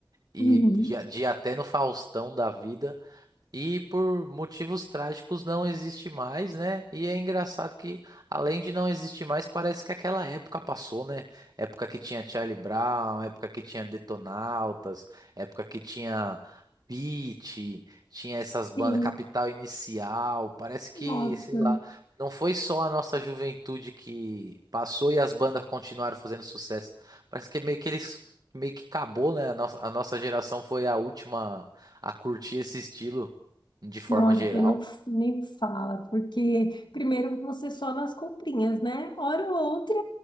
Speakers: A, on the right; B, on the left.
A: e
B: Uhum.
A: de, de até no Faustão da vida. E por motivos trágicos não existe mais, né? E é engraçado que, além de não existir mais, parece que aquela época passou, né? Época que tinha Charlie Brown, época que tinha Detonautas, época que tinha Pitty, tinha essas bandas,
B: Sim,
A: Capital Inicial. Parece que,
B: nossa,
A: sei lá, não foi só a nossa juventude que passou e as bandas continuaram fazendo sucesso. Parece que meio que eles. Meio que acabou, né? A nossa, a nossa geração foi a última a curtir esse estilo de forma
B: nossa,
A: geral.
B: Fê, não f- nem fala, porque primeiro você só nas comprinhas, né? Hora ou outra,